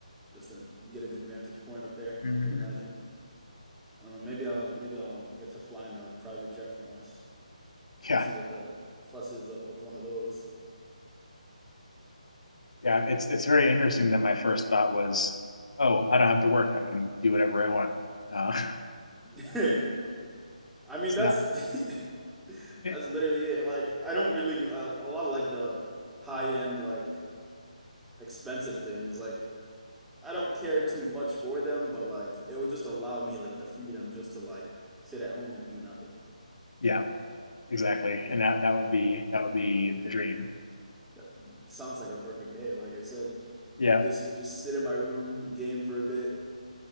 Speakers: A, in the centre; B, on the left (about 60°).
A: just to get a good vantage point up there,
B: hmm
A: I can imagine. I don't know. Maybe I'll maybe I'll get to fly in a private jet for once.
B: Yeah,
A: See what the fuss is up with one of those.
B: yeah. It's it's very interesting that my first thought was, oh, I don't have to work. I can do whatever I want. Uh, <laughs>
A: <laughs> I mean,
B: it's
A: that's
B: not.
A: <laughs>
B: It,
A: that's literally it. Like, I don't really a, a lot of like the high end like expensive things. Like, I don't care too much for them, but like it would just allow me like the freedom just to like sit at home and do nothing.
B: yeah, exactly. And that that would be that would be the dream.
A: That sounds like a perfect day. Like I said,
B: Yeah.
A: just just sit in my room, game for a bit,